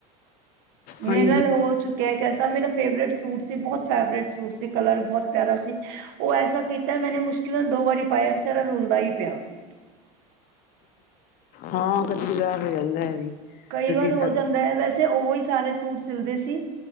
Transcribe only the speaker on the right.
ਮੇਰੇ
ਨਾਲ ਹੋ ਚੁੱਕਿਆ ਇੱਕ ਐਸਾ ਮੇਰਾ ਫੇਵਰੇਟ ਸੂਟ ਸੀ ਬਹੁਤ ਫੇਵਰੇਟ ਸੂਟ ਸੀ ਕਲਰ ਬਹੁਤ ਪੈ ਸੀ ਉ ਐਸਾ ਕੀਤਾ ਮੈਨੇ ਮੁਸ਼ਕਿਲ ਨਾਲ ਦੋ ਵਾਰੀ ਪਾਇਆ ਵਿਚਾਰਾ ਰੁਲਦਾ ਈ ਪਿਆ ਸੀ।
ਕਈ
ਵਾਰ
ਹੋ
ਜਾਂਦਾ ਏ ਵੈਸੇ ਉ ਈ ਸਾਰੇ ਸੂਟ ਸਿਲਦੇ ਸੀ।